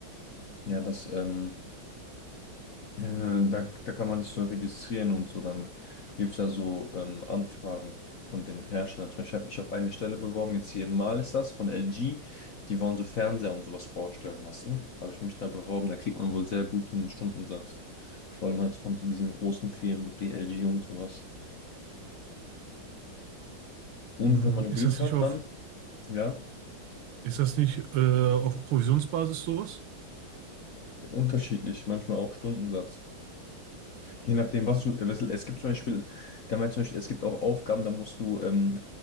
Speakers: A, on the left; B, on the right.
A: Ja, das ähm, Äh, da, da kann man sich so registrieren und so. Dann gibt es ja so ähm, Anfragen von den Herstellern. Zum Beispiel, ich habe mich auf eine Stelle beworben, jetzt hier in Mal ist das, von LG. Die wollen so Fernseher und sowas vorstellen lassen. Habe ich mich da beworben, da kriegt man wohl sehr guten Stundensatz. Vor allem halt von so diesen großen Firmen wie LG und sowas. Und
B: Mhm.
A: wenn man
B: Ist
A: Glück
B: das
A: hat,
B: nicht auf,
A: dann, ja,
B: ist das nicht äh, auf Provisionsbasis sowas?
A: unterschiedlich, manchmal auch Stundensatz. Je nachdem, was du, es gibt zum Beispiel, der meint zum Beispiel, es gibt auch Aufgaben, da musst du ähm,